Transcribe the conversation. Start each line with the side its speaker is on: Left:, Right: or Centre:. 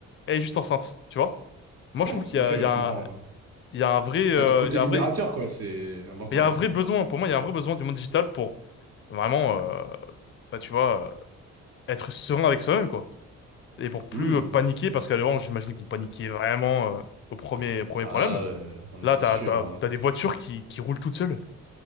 Left: elle est juste enceinte, tu vois. Moi,
Right: Ouais,
Left: je trouve qu'il y
Right: ok,
Left: a,
Right: ouais,
Left: il y a
Right: je comprends.
Left: un-
Right: ouais.
Left: il y a un vrai, euh,
Right: Il y a un côté
Left: il y a
Right: libérateur,
Left: un vrai
Right: quoi, c'est important.
Left: Mais Il y a un vrai
Right: hein.
Left: besoin, pour moi, il y a un vrai besoin du monde digital pour vraiment, euh, bah, tu vois, euh, être serein avec soi-même, quoi. Et pour plus
Right: Hmm.
Left: euh, paniquer, parce qu'à qu'avant, j'imagine qu'on paniquait vraiment euh, au premier, au premier
Right: Bah,
Left: problème.
Right: euh, non, mais
Left: Là,
Right: c'est
Left: t'as,
Right: sûr.
Left: t'as,
Right: euh.
Left: t'as des voitures qui, qui roulent toutes seules.